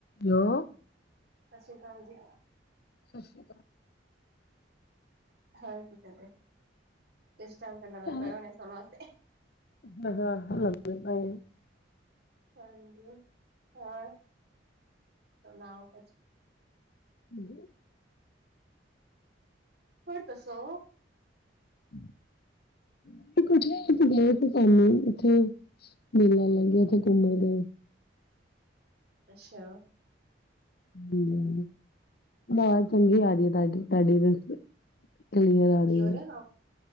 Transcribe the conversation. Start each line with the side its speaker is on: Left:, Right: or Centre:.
Left: ਲੋ
Right: ਸਤਿ ਸ੍ਰੀ ਅਕਾਲ ਜੀ‌।
Left: ਸਤਿ ਸ਼੍ਰੀ
Right: ਹਰ ਕੀ ਕਰ ਰੇ, ਇਸ ਟੇਮ ਪੈ
Left: ਅਕਾਲ।
Right: ਹੋਣੇ ਸੋਣ ਵਾਸਤੇ।
Left: <inaudible>
Right: ਹਾਂਜੀ ਹਾਂ, ਸੁਣਾਓ ਕੁਛ?
Left: ਹਾਂਜੀ। <inaudible>
Right: ਹੋਰ ਦੱਸੋ।
Left: <inaudible> ਕੁਛ ਅਸੀਂ ਗਏ ਸੀ ਸਾਨੂੰ ਉੱਥੇ ਮੇਲਾ ਲੱਗਿਆ ਉੱਥੇ ਘੁੰਮਣ ਦੇ।
Right: ਅੱਛਾ!
Left: ਹੂੰ ਬ ਚੰਗੀ ਆ ਰਹੀ ਐ ਤੁਹਾਡੀ- ਤੁਹਾਡੀ ਕਲੀਅਰ ਆ ਰਹੀ
Right: ਕੀ ਹੋ
Left: ਆ
Right: ਰਿਹਾ